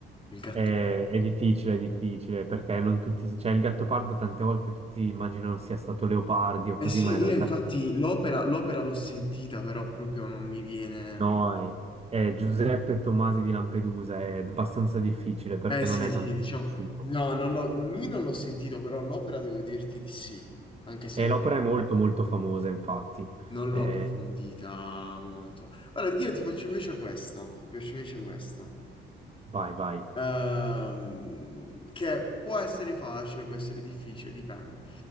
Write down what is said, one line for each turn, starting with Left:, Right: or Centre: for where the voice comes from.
Left: Il gatto...
Right: È, è difficile, è difficile, perché non tutti, cioè il gatto pardo tante volte tutti immaginano sia stato Leopardi o
Left: Eh
Right: così,
Left: sì,
Right: ma in realtà
Left: io infatti l'opera l'opera l'ho sentita, però proprio non mi viene...
Right: No, eh, eh, Giuseppe Tomasi di Lampedusa è abbastanza difficile perché
Left: Eh sì,
Right: non è tanto
Left: sì, diciamo,
Right: conosciuto.
Left: no, non l'ho- lui non l'ho sentito, però l'opera devo dirti di sì, anche se
Right: E
Left: non
Right: l'opera è molto molto famosa, infatti.
Left: l'ho
Right: Eh,
Left: approfondita molto. Allora, io ti faccio invece questa, ti faccio invece questa,
Right: vai, vai.
Left: Ehm, che può essere facile, può essere difficile, dipende.